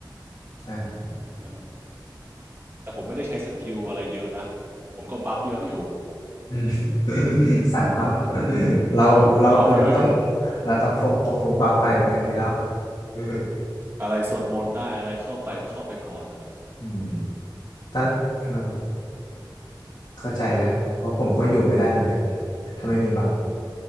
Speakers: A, on the left (about 70°); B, on the right (about 30°).
A: ใช่ <laughs> ครับ
B: มัน แต่ผมไม่ได้ใช้สกิลอะไรเยอะนะแต่ผมก็บัฟเยอะอยู่
A: อืม <laughs> สายบัฟเราเราเราไม่ต้อง
B: <laughs> ก็บัฟเยอะอยู่
A: เราต้องพกพกบัฟไปไม่งั้นไม่รอดอ
B: อะไรสวดมนต์ได้ อะไรเข้าไปก็เข้าไปก่อนอะ
A: ืมตอนเออ เข้าใจแล้วครับเพราะผมก็อยู่ไม่ได้เหมือนกันถ้าไม่มีบัตร